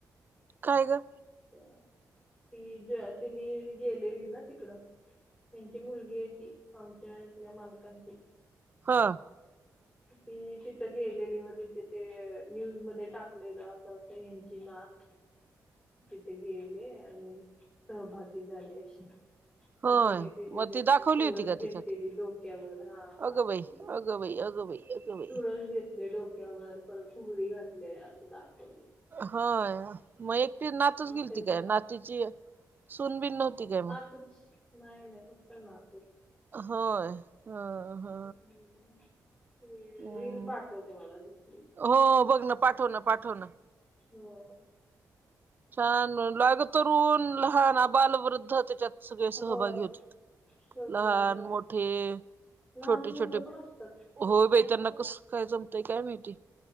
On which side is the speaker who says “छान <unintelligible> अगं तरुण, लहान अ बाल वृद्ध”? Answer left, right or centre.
Right